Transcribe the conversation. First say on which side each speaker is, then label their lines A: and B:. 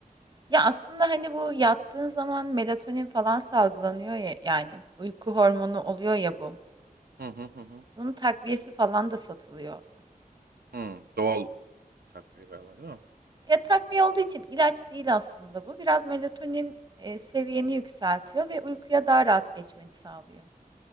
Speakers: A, on the right; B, on the right.
A: Ya aslında hani bu yattığın zaman melatonin falan salgılanıyor ya yani uyku hormonu oluyor ya bu.
B: Hı hı hı hı.
A: Bunun takviyesi falan da satılıyor.
B: Hı, doğal takviye galiba değil mi?
A: Ya takviye olduğu için ilaç değil aslında bu. Biraz melatonin e, seviyeni yükseltiyor ve uykuya daha rahat geçmeni sağlıyor.